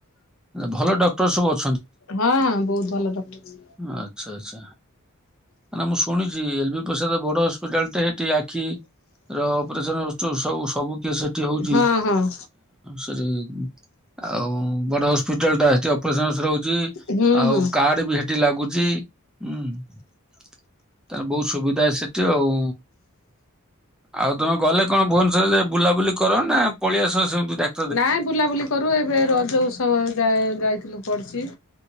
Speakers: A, in the centre; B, on the left (about 60°).
A: ଭଲ ଡକ୍ଟର ସବୁ ଅ
B: ହଁ ହଁ ବହୁତ ଭଲ ଡକ୍ଟର।
A: ଆଚ୍ଛା ଆଚ୍ଛା। କାଇଁ ନା ମୁଁ ଶୁଣିଛି ଏଲ ବି ପ୍ରସାଦ ବଡ ହସ୍ପିଟାଲ ଟା ଏଠି ଆଖି ର ଅପରେସନ ସବୁ ସବୁ କେସ ସେଠି ହଉଛି,
B: ହଁ ହଁ
A: ସେଠି ଆଉ ବଡ ହସ୍ପିଟାଲ ଟା ଅଛି, ଅପରେସନ ରହୁଛି
B: ହୁଁ
A: ଆଉ
B: ହୁଁ।
A: କାର୍ଡ ବି ଏ ଠି ଲାଗୁଛି ହୁଁ, ତାଲେ ବହୁତ ସୁବିଧା ସେଠି ଆଉ। ଆଉ ତମେ ଗଲେ କଣ ଭୋବନେଶ୍ଵର ରେ ବୁଲାବୁଲି କର ନା ପଳେଇ ସହ ସେମିତି ଡାକ
B: ନାଇଁ ବୁଲାବୁଲି କରୁ, ଏବେ ରଜ ଉତ୍ସବ ଯା-ଯାଇଥିଲୁ ପଡ଼ିଛି।